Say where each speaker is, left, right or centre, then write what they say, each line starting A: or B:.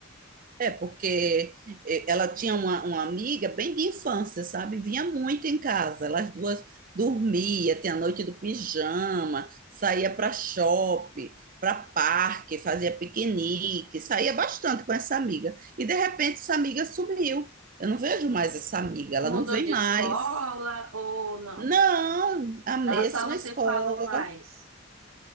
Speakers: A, on the right; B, on the right.
A: É, porque eh, ela tinha uma, uma amiga bem de infância, sabe? Vinha muito em casa. Elas duas dormia, tinha a noite do pijama, saía para shopping, para parque, fazia piquenique, saía bastante com essa amiga. E de repente essa amiga sumiu. Eu não vejo mais essa amiga, ela
B: Mudou
A: não vem
B: de
A: mais.
B: escola ou não?
A: Não, a mesma
B: Ela só não
A: escola
B: se falou mais.